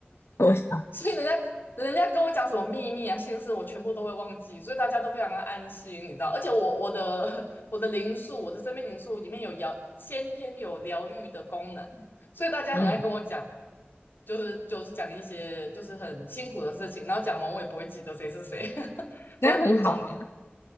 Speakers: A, on the left (about 90°); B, on the left (about 60°).
A: 国小，
B: 所以人家人家跟我讲什么秘密啊、心事，我全部都会忘记，所以大家都非常的安心，你知道。而且我我的 <laughs> 我的灵数，我的生命灵数里面有疗先天有疗愈的功能，所以大家很爱跟我讲，
A: 嗯，
B: 就是就是讲一些就是很辛苦的事情，然后讲完我也不会记得谁是谁，<laughs>
A: 这样很好啊。
B: 不是不是重点。